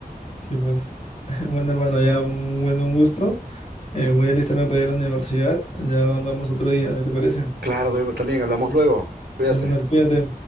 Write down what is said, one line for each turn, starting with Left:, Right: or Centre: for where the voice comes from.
Left: Sí, pues, <laughs> bueno, hermano, ya un buen un gusto. Eh, voy a alistarme para ir a la universidad. Ya hablamos otro día, ¿qué te parece?
Right: Claro, Diego, también hablamos luego. Cuídate.
Left: Ya, Manuel, cuídate.